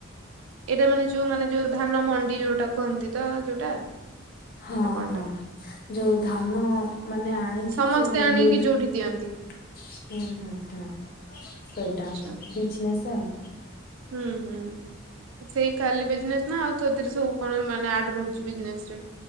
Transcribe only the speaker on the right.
ଏଇଟା ମାନେ ଯୋଉ ମାନେ ଯୋଉ ଧାନ ମଣ୍ଡି ଯୋଉଟା କୁହନ୍ତି ତ ଯୋଉଟା?
ନା କଣଟା
ସମସ୍ତେ
ଆଣିକି
ଯୋଉଠି ଦିଅନ୍ତି
ଆଚ୍ଛା
ହୁଁ ହୁଁ ସେଇ ଖାଲି ବିଜିନେସ୍ ନା ଆଉ ତୋଦରେ ସବୁ କଣ ମାନେ ଆଡ଼େ ରହୁଚି ବିଜନେସ ରେ।